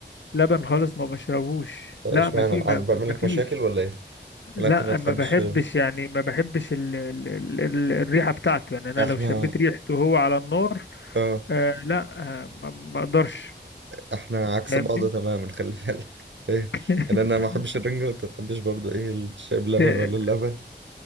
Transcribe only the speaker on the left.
لبن خالص ما بشربوش
لا
ما في
ما
ما
فيش
لا
ما بحبش يعني ما بحبش ال ال ال ال الريحة بتاعته يعني انا
لو شميت ريحته وهو على النار
آه لا آه ما ما اقدرش
فاهمني
<laughs>
ده-